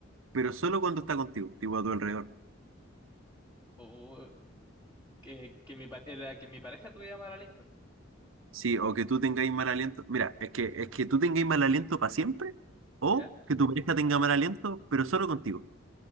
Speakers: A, on the right (about 80°); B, on the left (about 20°).
A: pero solo cuando está contigo, tipo a tu alrededor?
B: Uh, que, que mi pa- era que mi pareja tuviera mal aliento.
A: Sí, o que tú tengáis mal aliento. Mira, es que, es que tú tengáis mal aliento para siempre, o
B: ¿Ya?
A: que tu pareja tenga mal aliento, pero solo contigo.